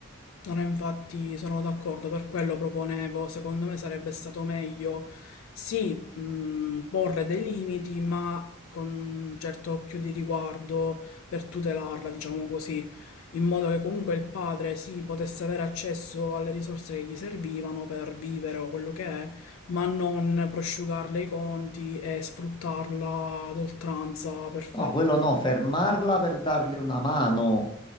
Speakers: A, on the left; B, on the left.
A: No, no, infatti sono d'accordo, per quello proponevo, secondo me sarebbe stato meglio sì, mh, porre dei limiti, ma con un certo occhio di riguardo per tutelarla, diciamo così, in modo che comunque il padre sì, potesse avere accesso alle risorse che gli servivano per vivere o quello che è, ma non prosciugarle i conti e sfruttarla ad oltranza per fare...
B: No, quello no, fermarla per darle una mano,